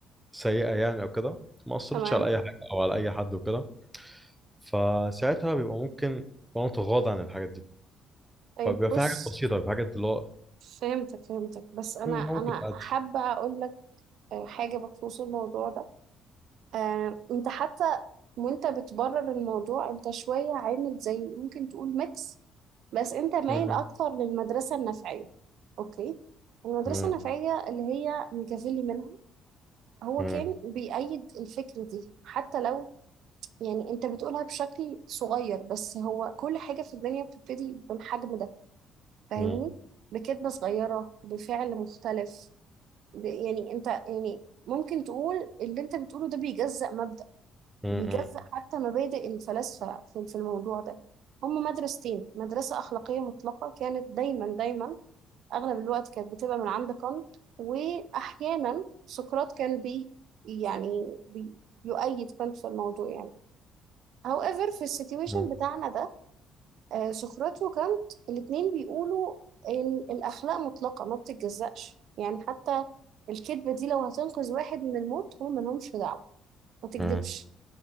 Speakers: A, in the centre; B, on the right.
A: سيئه يعني او كده ما اثرتش
B: تمام
A: على اي حاجه او على اي حد وكده فساعتها بيبقى ممكن وانا متغاضى عن الحاجات دي
B: طيب
A: فبيبقى
B: بص
A: في حاجات بسيطه بيبقى في حاجات اللي هو
B: فهمتك فهمتك بس انا
A: مم،
B: انا
A: ممكن تعدي
B: حابة اقول لك آه، حاجة بخصوص الموضوع ده آه، انت حتى وانت بتبرر الموضوع انت شوية عامل زي ممكن تقول ميكس بس انت مايل
A: مم،
B: اكتر للمدرسة النفعية اوكي المدرسة
A: مم،
B: النفعية اللي هي ميكافيلي منها هو
A: مم،
B: كان بيأيد الفكرة دي حتى لو يعني انت بتقولها بشكل صغير بس هو كل حاجة في الدنيا بتبتدي بالحجم ده فاهمني
A: مم،
B: بكلمة صغيرة بفعل مختلف ب- يعني انت يعني ممكن تقول اللي انت بتقوله ده بيجزأ مبدأ
A: مم،
B: بيجزأ
A: مم،
B: حتى مبادئ الفلاسفة في في الموضوع ده هم مدرستين مدرسة أخلاقية مطلقة كانت دايما دايما أغلب الوقت كانت بتبقى من عند كانت وأحيانا سقراط كان بي يعني بي يؤيد كانت في الموضوع يعني however في السيتويشن
A: مم،
B: بتاعنا ده آه، سقراط وكانت الاتنين بيقولوا إن الأخلاق مطلقة ما بتتجزأش يعني حتى الكذبة دي لو هتنقذ واحد من الموت هم ملهمش دعوة ما تكذبش
A: مم.